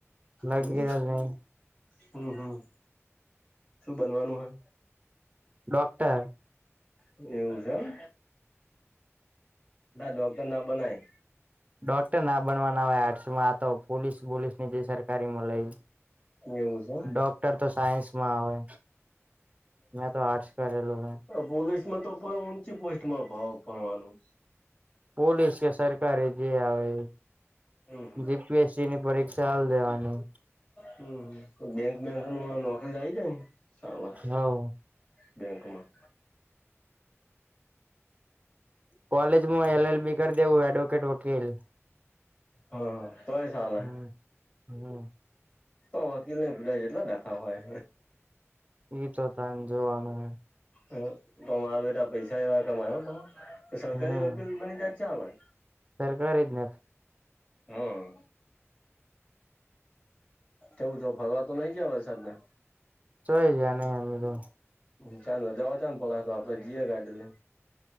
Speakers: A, on the right; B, on the left.
A: લગી
B: હમ!
A: જ હમ!
B: હમ હમ! શું બનવાનું હે?
A: ડોક્ટર
B: <inaudible> એવું છે એમ? દોકટર તો ના બનાય.
A: ડોક્ટર ના બનવાના હોય આર્ટ્સમાં આ તો. પોલીસ બોલીસ ની જે સરકારી મળે.
B: એવું છે
A: ડોક્ટર તો સાયન્સમાં આવે. મે તો આર્ટસ કરેલું હો.
B: પોલીસ માં તો પણ ઊંચી પોસ્ટમાં ભણવાનું.
A: પોલીસ કે, સરકારારે જે આવે.
B: હમ હમ
A: જીપીએસસી ની પરીક્ષા હાલ દેવાની.
B: હમમ બેંક બેંક.? લઈ જાય સાલા
A: હવ
B: બેંકમાં.
A: કોલેજમાં એલ એલ બી કરી દેવું એડવોકેટ વકીલ.
B: હા હ તોય ચાલે.
A: હમ હમ
B: તો વકીલ ન પુધાય એટલા દાખા હોય.
A: એ તો તને જોવાનું હે
B: હા પણ મારા બેટા પૈસા એવા કમાય હ તો સરકારી
A: હમ
B: વકીલ બની જાય તો ચાલે
A: સરકારી જ ને
B: હમ એવું જો ફરવા તો નઈ જયા વરસાદ ને?
A: ચય જ નહી તો.
B: હ જવા છાન પડ હતો આપે જીએ ગાડી લેઈને.